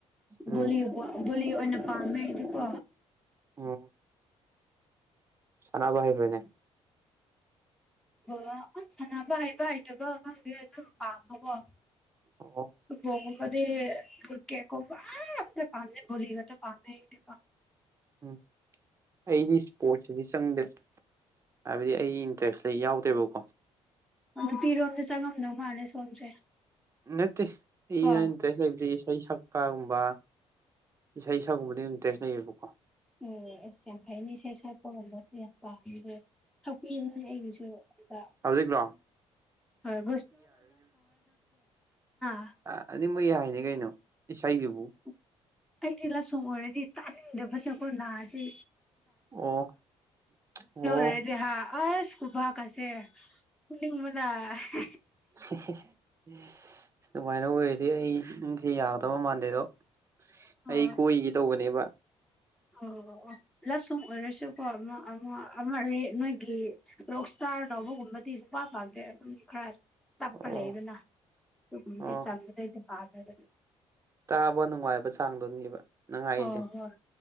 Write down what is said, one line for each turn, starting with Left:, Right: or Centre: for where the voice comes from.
Right: ꯎꯝ
Centre: ꯕꯨ ꯕꯨꯂꯤ ꯑꯣꯏꯅ ꯄꯥꯝꯃꯦ ꯑꯩꯗꯤꯀꯣ
Right: ꯑꯣ ꯁꯅꯥꯕ ꯍꯥꯏꯕ꯭ꯔꯅꯦ
Centre: ꯑꯣ ꯑꯁ ꯁꯥꯟꯅꯕ ꯍꯩꯕ ꯍꯩꯇꯕ ꯈꯪꯗꯦ ꯑꯗꯨꯝ ꯄꯥꯝꯕꯀꯣ
Right: ꯑꯣ
Centre: <unintelligible> <unintelligible>
Right: ꯎꯝ ꯑꯩꯗꯤ ꯏꯁꯄꯣꯔꯠꯁꯤꯗꯤ ꯆꯪꯗꯦ ꯍꯥꯏꯕꯗꯤ ꯑꯩꯒꯤ ꯏꯟꯇꯔꯦꯁ ꯌꯥꯎꯗꯦꯕꯀꯣ
Centre: ꯅꯨꯐꯤꯔꯣꯝꯗ ꯆꯪꯉꯝꯗꯧ ꯃꯥꯜꯂꯦ ꯁꯣꯝꯁꯦ
Right: ꯅꯠꯇꯦ ꯑꯩꯅꯥ
Centre: ꯀꯣ
Right: ꯏꯟꯇꯦꯔꯁ ꯂꯩꯕꯗꯤ ꯏꯁꯩ ꯁꯛꯄꯒꯨꯝꯕ ꯏꯁꯥ ꯏꯁꯥꯒꯨꯝꯕꯗꯤ ꯏꯟꯇꯔꯦꯁ ꯂꯩꯌꯦꯕꯀꯣ
Centre: ꯎꯝ ꯑꯁ ꯌꯥꯐꯩꯅꯦ ꯏꯁꯩ ꯁꯛꯄꯒꯨꯝꯕꯁꯦ <unintelligible> ꯁꯛꯄꯤꯅꯦ ꯑꯩꯒꯤꯁꯨ ꯑꯝꯇ
Right: ꯍꯧꯖꯤꯛꯔꯣ
Centre: ꯍꯣꯏ <unintelligible>
Right: ꯑꯅꯤ ꯃꯣꯏ ꯌꯥꯏꯅꯤ ꯀꯩꯅꯣ ꯏꯁꯩꯒꯤꯕꯨ
Centre: ꯑꯁ ꯑꯩꯗꯤ ꯂꯁꯣꯡ ꯑꯣꯏꯔꯗꯤ ꯇꯥꯅꯤꯡꯗꯕ ꯅꯥꯀꯣ ꯅꯥꯁꯤ
Right: ꯑꯣ ꯑꯣ
Centre: <unintelligible> ꯗꯦꯍꯥ ꯑ ꯏꯁ ꯀꯨꯕꯥꯛ ꯀ ꯑꯁꯦ ꯀꯨꯅꯤꯡꯕꯅ <unintelligible>
Right: <unintelligible> ꯑꯗꯨꯨꯃꯥꯏꯅ ꯑꯣꯏꯔꯗꯤ ꯑꯩ ꯅꯨꯡꯁ ꯌꯥꯒꯗꯕ ꯃꯥꯟꯗꯦꯗꯣ
Centre: ꯑꯣ
Right: ꯑꯩ ꯀꯣꯏꯒꯦ ꯇꯧꯕꯅꯦꯕ
Centre: ꯑꯣ ꯑꯣ ꯑꯣ ꯂꯁꯨꯡ ꯑꯣꯏꯔꯁꯨꯀꯣ ꯑꯃ ꯑꯃ ꯑꯃꯦ ꯅꯣꯏꯒꯤ ꯔꯣꯛ ꯏꯁꯇꯥꯔ ꯇꯧꯕꯒꯨꯝꯕꯗꯤ ꯐꯪꯗꯦ ꯑꯗꯨꯝ ꯈꯔ ꯇꯄ
Right: ꯑꯣ
Centre: ꯂꯩꯗꯅꯥ <unintelligible>
Right: ꯑꯣ ꯇꯥꯕ ꯅꯨꯡꯉꯥꯏꯕ ꯆꯥꯡꯗꯨꯅꯤꯕ ꯅꯪ ꯍꯥꯏꯔꯤꯁꯦ
Centre: ꯍꯣꯏ ꯍꯣꯏ